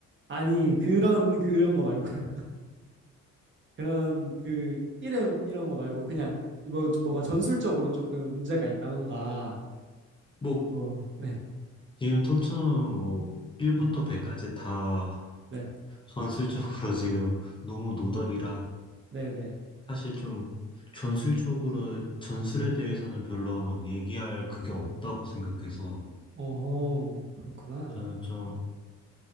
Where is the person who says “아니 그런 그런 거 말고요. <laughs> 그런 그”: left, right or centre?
Right